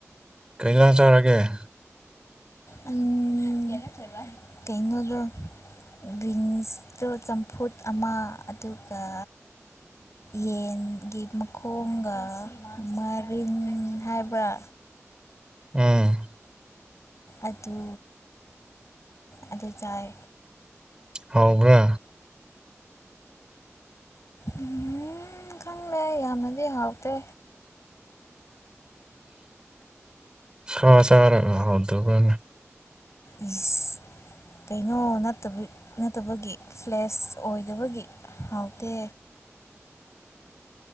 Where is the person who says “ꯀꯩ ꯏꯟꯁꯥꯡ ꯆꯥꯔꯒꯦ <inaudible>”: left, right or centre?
Right